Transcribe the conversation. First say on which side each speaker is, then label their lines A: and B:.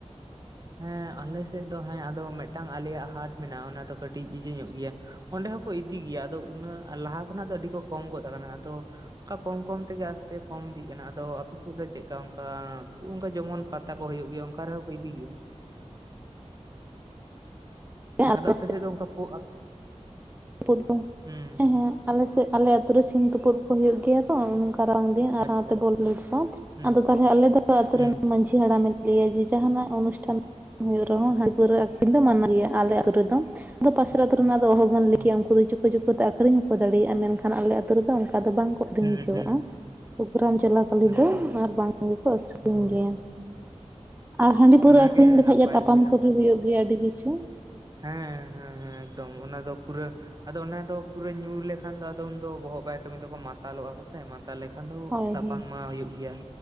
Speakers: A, on the right; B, on the right.
A: ᱦᱮᱸ ᱟᱞᱮᱥᱮᱫ ᱫᱚ ᱦᱮᱸ ᱟᱫᱚ ᱢᱤᱫᱴᱟᱝ ᱟᱞᱮᱭᱟᱜ ᱦᱟᱴ ᱢᱮᱱᱟᱜᱼᱟ ᱚᱱᱟ ᱫᱚ ᱠᱟᱹᱴᱤᱡ ᱤᱭᱟ. ᱧᱚᱜ ᱜᱮᱭᱟ ᱚᱸᱰᱮ ᱦᱚᱸᱠᱚ ᱤᱫᱤ ᱜᱮᱭᱟ ᱟᱫᱚ ᱩᱱᱟᱹᱜ ᱞᱟᱦᱟ ᱠᱷᱚᱱᱟᱜ ᱫᱚ ᱟᱹᱰᱤ ᱠᱚ ᱠᱚᱢ ᱜᱚᱫ ᱠᱟᱱᱟ ᱟᱫᱚ ᱚᱝᱠᱟ ᱠᱚᱢ ᱠᱚᱢ ᱛᱮᱜᱮ ᱟᱥᱛᱮ ᱠᱚᱢ ᱤᱫᱤᱜ ᱠᱟᱱᱟ ᱟᱫᱚ ᱟᱯᱮᱥᱮᱫ ᱫᱚ ᱪᱮᱫᱠᱟ ᱚᱱᱠᱟ ᱚᱱᱠᱟ ᱡᱮᱢᱚᱱ ᱯᱟᱛᱟ ᱠᱚ ᱦᱳᱭᱳᱜ ᱜᱮᱭᱟ ᱚᱱᱠᱟ ᱨᱮᱦᱚᱸ ᱠᱚ ᱤᱫᱤ ᱜᱮᱭᱟ
B: ᱟᱞᱮ
A: ᱟᱫᱚ ᱟᱯᱮ ᱥᱮᱫ ᱫᱚ ᱚᱱᱠᱟ ᱯᱳ
B: ᱠᱟ. ᱰᱷᱩᱢ
A: ᱦᱩᱸ
B: ᱦᱮᱸ ᱦᱮᱸ ᱟᱞᱮ ᱥᱮᱫ ᱟᱞᱮ ᱟ. ᱛᱩ ᱨᱮ ᱥᱤᱢ ᱛᱳᱯᱳᱫ ᱠᱚ ᱦᱳᱭᱳᱜ ᱜᱮᱭᱟ ᱛᱚ ᱨᱟᱵᱟᱝ ᱫᱤᱱ ᱟᱨᱦᱚ
A: ᱟᱪᱪᱷᱟ ᱟᱪᱪᱷᱟ
B: ᱱᱚᱛᱮ <unintelligible>
A: ᱦᱩᱸ
B: ᱟᱫᱚ ᱛᱟᱞᱦᱮ ᱟᱞᱮ ᱫᱚ ᱟᱛᱩ
A: ᱦᱩᱸ
B: ᱨᱮᱱ ᱢᱟᱡᱷᱤ ᱦᱟᱲᱟᱢ ᱮ ᱞᱟᱹᱭᱟ ᱡᱮ ᱡᱟᱦᱟᱱᱟᱜ ᱚᱱᱩᱥᱴᱷᱟᱱ ᱦᱩᱭᱩᱜ ᱨᱮᱦᱚᱸ ᱦᱟᱸᱰᱤ ᱯᱟᱹᱣᱨᱟᱹ ᱟᱠᱠᱷᱨᱤᱧ ᱫᱚ ᱢᱟᱱᱟ ᱜᱮᱭᱟ ᱟᱞᱮ ᱟᱛᱳ ᱨᱮᱫᱚ ᱟᱫᱚ ᱯᱟᱥᱮᱨ
A: ᱟᱪᱪᱷᱟ
B: ᱟᱛᱳ ᱨᱮᱱᱟᱜ ᱫᱚ ᱚᱦᱚᱵᱚᱱ ᱞᱟ.
A: ᱦᱩᱸ
B: ᱭ ᱠᱮᱭᱟ ᱩᱱᱠᱩ ᱫᱚ ᱪᱳᱠᱳ ᱪᱳᱠᱳ ᱛᱮ ᱟᱠᱠᱷᱨᱤᱧ ᱦᱚᱸᱠᱚ ᱫᱟᱲᱮᱭᱟᱜᱼᱟ ᱢᱮᱱᱠᱷᱟᱱ ᱟᱞᱮ ᱟᱛᱳ ᱨᱮᱫᱚ ᱚᱱᱠᱟ ᱫᱚ ᱵᱟᱝ ᱟᱠᱷᱨᱤᱧ
A: ᱦᱩᱸ
B: ᱦᱚᱪᱚᱣᱟᱜᱼᱟ
A: ᱦᱩᱸ
B: ᱯᱨᱳᱜᱨᱟᱢ ᱪᱚᱞᱚ ᱠᱟᱞᱤ
A: ᱮᱠᱫᱚᱢ
B: ᱫᱚ ᱟᱨ ᱵᱟᱝ ᱜᱮᱠᱚ ᱟᱠᱷᱨᱤᱧ
A: ᱦᱩᱸ
B: ᱜᱮᱭᱟ ᱟᱨ ᱦᱟᱸᱰᱤ ᱯᱟᱹᱣᱨᱟᱹ
A: ᱚᱱᱟᱜᱮ
B: ᱟᱠᱷᱨᱤᱧ ᱞᱮᱠᱷᱟᱡ
A: ᱱᱟᱯᱟᱭ
B: ᱜᱮ ᱛᱟᱯᱟᱢ
A: ᱟᱹᱰᱤ ᱱᱟᱯᱟᱭ
B: ᱠᱩ ᱦᱩᱭᱩᱜ ᱜᱮᱭᱟ ᱟᱹᱰᱤ ᱠᱤᱪᱷᱩ
A: ᱦᱮᱸ ᱦᱮᱸ ᱦᱮᱸ ᱮᱠᱫᱚᱢ ᱚᱱᱟ ᱫᱚ ᱯᱩᱨᱟᱹ ᱟᱫᱚ ᱚᱱᱟ ᱫᱚ ᱯᱩᱨᱟᱹ ᱧᱩ ᱞᱮᱠᱷᱟᱱ ᱫᱚ ᱟᱫᱚ ᱩᱱᱫᱚ ᱵᱚᱦᱚᱜ ᱵᱟᱭ ᱠᱟᱹᱢᱤ ᱛᱟᱠᱚ ᱢᱟᱛᱟᱞᱚᱜᱼᱟ ᱠᱚ ᱥᱮ ᱢᱟᱛ ᱛᱟᱦᱞᱮ ᱠᱷᱟᱱ ᱫᱚ
B: ᱦᱳᱭ
A: ᱛᱟᱯᱟᱢ
B: ᱦᱳᱭ
A: ᱢᱟ ᱦᱩᱭᱩᱜ ᱜᱮᱭᱟ